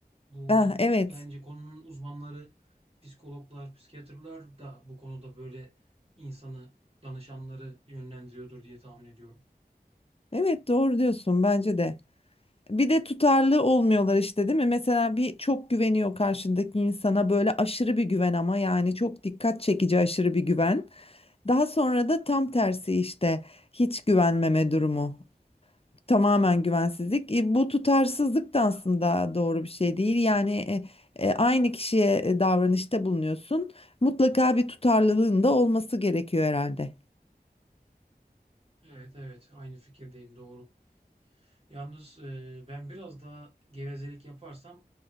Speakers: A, on the right (about 35°); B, on the left (about 35°).
A: Bu
B: Ha, evet.
A: bence konunun uzmanları, psikologlar, psikiyatrlar da bu konuda böyle insanı, danışanları yönlendiriyordur diye tahmin ediyorum.
B: Evet doğru diyorsun bence de. Bir de tutarlı olmuyorlar işte değil mi? Mesela bir çok güveniyor karşındaki insana böyle aşırı bir güven ama yani çok dikkat çekici aşırı bir güven. Daha sonra da tam tersi işte hiç güvenmeme durumu. Tamamen güvensizlik. E, bu tutarsızlık da aslında doğru bir şey değil. Yani e, e, aynı kişiye e, davranışta bulunuyorsun. Mutlaka bir tutarlılığın da olması gerekiyor herhalde.
A: Evet evet aynı fikirdeyim doğru. Yalnız e, ben biraz daha gevezelik yaparsam